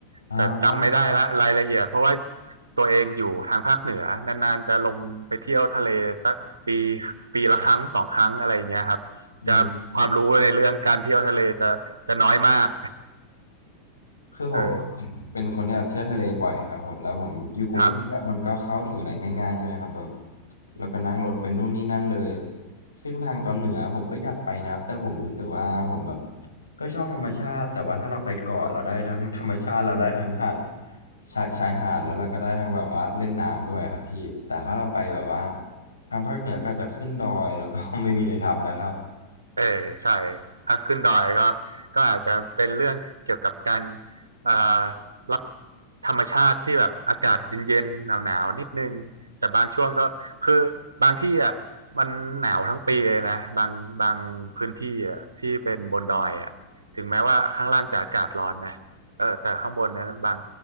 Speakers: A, on the left (about 80°); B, on the right (about 75°).
A: อ่า
B: แต่จำไม่ได้ละรายละเอียด เพราะว่าตัวเองอยู่ทางภาคเหนือนานๆจะลงไปเที่ยวทะเลสักปีปีละครั้งสองครั้งอะไรอย่างเงี้ยครับ
A: อืม
B: จะความรู้ในเรื่องการเที่ยวทะเลจะจะน้อยมาก <laughs>
A: คือผม
B: เออ
A: เป็นคนที่แบบเที่ยวทะเลบ่อยครับผมแล้วผมแบบอยู่กรุงเทพเนี่ยมันก็เข้าถึงอะไรง่ายๆใช่ไหมครับแบบ
B: ครับ
A: แล้วก็นั่งรถไปนู่นนี่นั่นเลยซึ่งทางตอนเหนือผมก็อยากไปนะครับแต่ผมรู้สึกว่าผมแบบก็ชอบธรรมชาติแต่ว่าถ้าเราไปเกาะเราได้ทั้งธรรมชาติเราได้ทั้งหาดชายชายหาดแล้วเราก็ได้ทั้งแบบว่าเล่นน้ำด้วยครับพี่แต่ถ้าเราไปแบบว่าทางภาคเหนือก็จะขึ้นดอยแล้วก็ <laughs> ไม่มีอะไรทำแล้วครับ
B: เออใช่ถ้าขึ้นดอยก็ก็อาจจะเป็นเรื่องเกี่ยวกับการเอ่อรับธรรมชาติที่แบบอากาศเย็นๆหนาวๆนิดนึงแต่บางช่วงก็คือบางที่อ่ะมันหนาวทั้งปีเลยนะบางบางพื้นที่อ่ะที่เป็นบนดอยอ่ะถึงแม้ว่าข้างล่างจะอากาศร้อนนะเออแต่ข้างบนนั้นบาง